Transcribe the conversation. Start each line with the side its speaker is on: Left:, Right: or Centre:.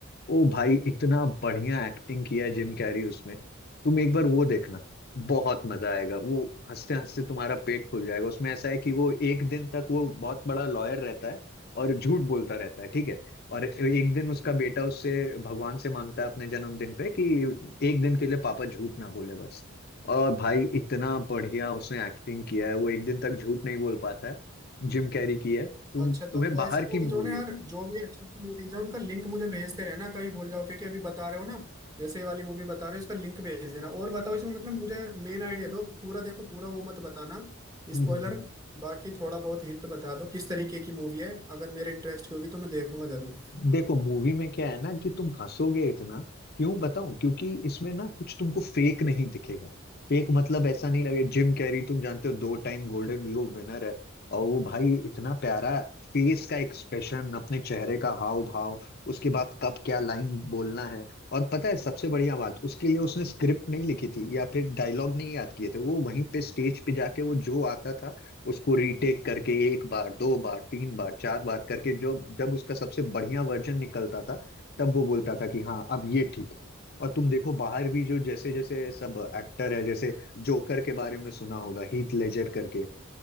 Left: ओ भाई इतना बढ़िया एक्टिंग किया है जिम कैरी उसमें तुम एक बार वो देखना बहुत मजा आएगा वो हंसते हंसते तुम्हारा पेट फूल जाएगा उसमें ऐसा है कि वो एक दिन तक वो बहुत बड़ा लॉयर रहता है और झूठ बोलता रहता है ठीक है और एक दिन उसका बेटा उससे भगवान से मांगता है अपने जन्मदिन पे कि एक दिन के लिए पापा झूठ ना बोले बस और भाई इतना बढ़िया उसने एक्टिंग किया है वो एक दिन तक झूठ नहीं बोल पाता है जिम कैरी की है तुम
Right: अच्छा तो
Left: तुम्हें बाहर
Right: ऐसे
Left: की
Right: मूवीज
Left: मूवी
Right: हो ना यार जो भी अच्छी अच्छी मूवीज है उनका लिंक मुझे भेजते रहना कहीं भूल जाओ क्योंकि अभी बता रहे हो ना जैसे ये वाली मूवी बता रहे हो इसका लिंक भेज देना और बताओ इसमें मतलब मुझे मेन आइडिया दो पूरा देखो पूरा वो मत बताना
Left: है
Right: स्पॉइलर
Left: <laughs>
Right: बाकी थोड़ा बहुत हिंट बता दो किस तरीके की मूवी है अगर मेरे इंटरेस्ट की होगी तो मैं देखूंगा जरूर
Left: देखो मूवी में क्या है ना कि तुम हंसोगे इतना क्यों बताऊं क्योंकि इसमें ना कुछ तुमको फेक नहीं दिखेगा फेक मतलब ऐसा नहीं लगे जिम कैरी तुम जानते हो दो टाइम गोल्डन ग्लोब विनर है और वो भाई इतना प्यारा फेस का एक्सप्रेशन अपने चेहरे का हाव भाव उसके बाद कब क्या लाइन बोलना है और पता है सबसे बढ़िया बात उसके लिए उसने स्क्रिप्ट नहीं लिखी थी या फिर डायलॉग नहीं याद किए थे वो वहीं पे स्टेज पे जाके वो जो आता था उसको रीटेक करके एक बार दो बार तीन बार चार बार करके जो जब उसका सबसे बढ़िया वर्जन निकलता था तब वो बोलता था कि हाँ अब ये ठीक है और तुम देखो बाहर भी जो जैसे जैसे सब एक्टर है जैसे जोकर के बारे में सुना होगा हीथ लेजर करके